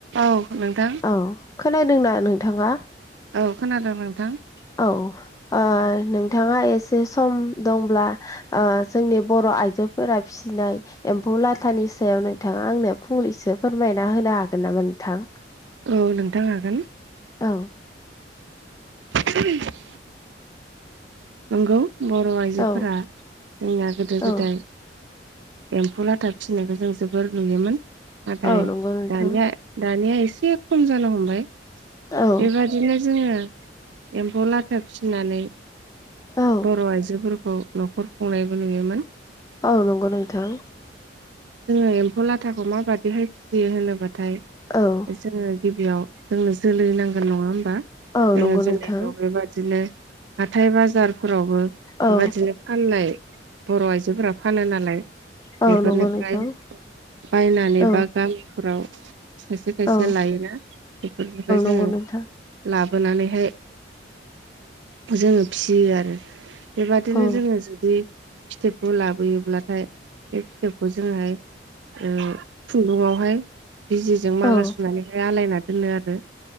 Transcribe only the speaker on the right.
औ नोंथां
औ खोनादों नोंथां
औ नोंथां हागोन
<inaudible> नंगौ बर' आइजोफोरा
जोंना गोदो
गोदाय एम्फौ लाथा फिसिनायखौ जों जोबोर नुयोमोन नाथाय
दानिया दानिया एसे खम जानो हमबाय
बेबादिनो जोङो एम्फौ लाथा फिनानै
बर' आइजोफोरखौ न'खर खुंनायबो नुयोमोन
जोङो एम्फौ लाथाखौ माबायदिहाय फिसियो होनोबाथाय
जोङो गिबियाव जोंनो जोलै नांगोन नङा होमबा
जोङो
जोलैखौ
बेबादिनो हाथाय बाजारफोरावबो
बेबादिनो फाननाय बर' आइजोफोरा फानो नालाय
बेफोरनिफ्राय
बायनानै
बा गामिफोराव खायसे खायसे
लायोना बेफोरनिफ्राय जोङो
लाबोनानैहाय जोङो फियो आरो बेबादिनो
जोङो जुदि फिथोबखौ लाबोयोब्लाथाय बे फिथोबखौ जोङोहाय खुन्दुङावहाय बिजिजों माला
सुनानैहाय आलायना दोनो आरो